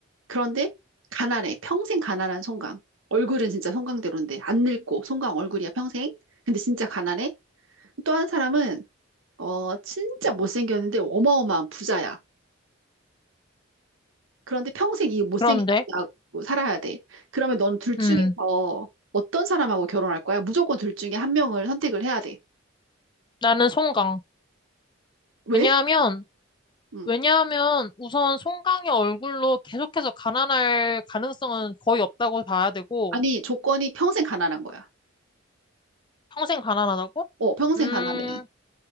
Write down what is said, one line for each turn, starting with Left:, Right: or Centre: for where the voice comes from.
Right: 그런데 가난해. 평생 가난한 송강. 얼굴은 진짜 송강대로인데, 안 늙고 송강 얼굴이야, 평생. 근데 진짜 가난해. 또 한 사람은, 어, 진짜 못생겼는데 어마어마한 부자야. 그런데 평생 이 못생긴
Left: 그런데,
Right: 남자하고 살아야 돼. 그러면 넌 둘 중에서
Left: 음,
Right: 어떤 사람하고 결혼할 거야? 무조건 둘 중에 한 명을 선택을 해야 돼.
Left: 나는 송강.
Right: 왜?
Left: 왜냐하면,
Right: 응.
Left: 왜냐하면 우선 송강의 얼굴로 계속해서 가난할 가능성은 거의 없다고 봐야 되고,
Right: 아니, 조건이 평생 가난한 거야.
Left: 평생 가난하다고?
Right: 어, 평생
Left: 음,
Right: 가난해.